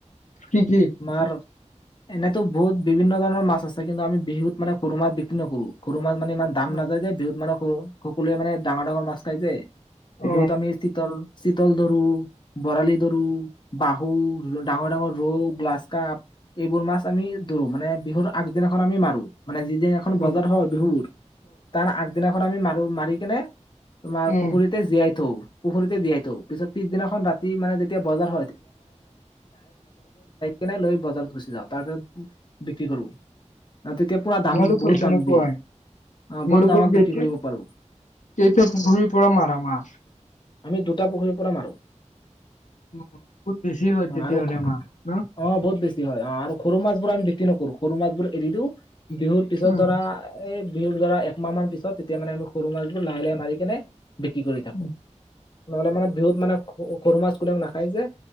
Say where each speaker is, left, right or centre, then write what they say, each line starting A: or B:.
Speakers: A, on the left; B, on the left.
A: কি কি
B: তোমাৰ এনেতো বহুত বিভিন্ন ধৰণৰ মাছ আছে কিন্তু আমি বিহুত মানে সৰু মাছ বিক্ৰী নকৰো সৰু মাছ মানে ইমান দাম
A: অ
B: নাযায় যে বিহুত মানে সৰু সকলোৱে মানে ডাঙৰ -ডাঙৰ মাছ খাই যে
A: উ
B: বিহুত আমি চিতল চিতল দৰো, বৰালি দৰো, বাহু, ডাঙৰ -ডাঙৰ ৰৌ, গ্লাছকা এইবোৰ মাছ আমি ধৰো মানে বিহুৰ আগদিনাখন আমি মাৰো। মানে যিদিনাখন
A: অ
B: বজাৰ হয় বিহুৰ তাৰ আগদিনাখন আমি মাৰো মাৰি কিনে তোমাৰ
A: উম
B: পুখুৰীতে জীয়াই থওঁ পুখুৰীতে জীয়াই থওঁ, পিছত পিছদিনাখন ৰাতি মানে যেতিয়া বজাৰ কেনে লৈ বজাৰত গুচি যাওঁ, তাৰ পিছত বিক্ৰী কৰো। ন তেতিয়া পুৰা দাম
A: আমালোকৰ
B: বহুত
A: তেনেকুৱাই
B: দাম দিয়ে। অ
A: তোমালোকৰ
B: বহুত দামত বিক্ৰী
A: কেই
B: কৰিব
A: কেইটাত
B: পাৰো
A: পুখুৰীৰ পৰা মাৰ মাছ?
B: আমি দুটা পুখুৰীৰ পৰা মাৰো।
A: উম, বহুত বেছি হয়
B: অ
A: তেতিয়াহ'লে
B: আৰু অ
A: মাছ ন
B: বহুত বেছি হয় অ আৰু। সৰু মাছ বোৰ আমি বিক্ৰী নকৰো, সৰু মাছ বোৰ এৰি দিওঁ বিহুৰ পিছত
A: উম
B: ধৰা এই বিহুৰ ধৰা একমাহ মান পিছত তেতিয়া মানে আমি সৰু মাছবোৰ লাহে লাহে মাৰি কেনে বিক্ৰী কৰি থাকো।
A: উম
B: নহলে মানে বিহুত মানে সৰু মাছ কোনো নাখায় যে